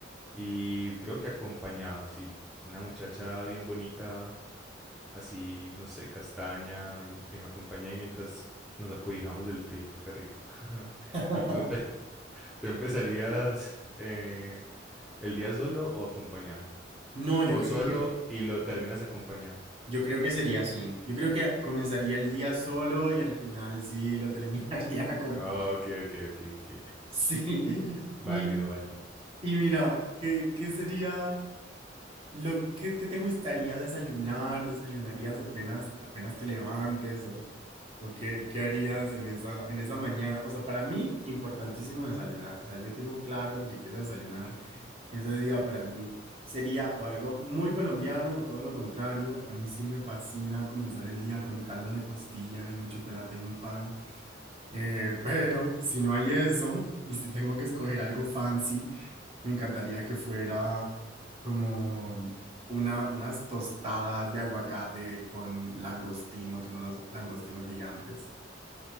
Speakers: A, in the centre; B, on the right.
A: Y creo que acompañado, sí. Una muchacha bien bonita, así, no sé, castaña, y que me acompañe ahí mientras nos acobijamos del frío. Qué rico. <laughs>
B: <laughs>
A: ¿Y tú, empe- tú empezarías eh, el día solo o acompañado?
B: No, yo
A: O
B: creo
A: solo
B: que,
A: y lo terminas acompañado.
B: yo creo que sería así. Yo creo que comenzaría el día solo y al final sí lo terminaría <laughs> con
A: Ah,
B: paz.
A: ok, ok, ok, ok.
B: Sí. <laughs>
A: Válido,
B: Y,
A: válido.
B: y mira, ¿qué, qué sería? Lo que, ¿qué te gustaría desayunar, desayunarías apenas, apenas te levantes o, o qué, qué harías en esa, en esa mañana. O sea, para mí, importantísimo desayunar. O sea, yo tengo claro lo que quiero desayunar. Ese día para mí sería o algo muy colombiano o todo lo contrario. A mí sí me fascina comenzar el día con un caldo de costilla y un chocolate y un pan. Eh, pero si no hay eso y si tengo que escoger algo fancy. Me encantaría que fuera como una, unas tostadas de aguacate con langostinos, unos langostinos gigantes.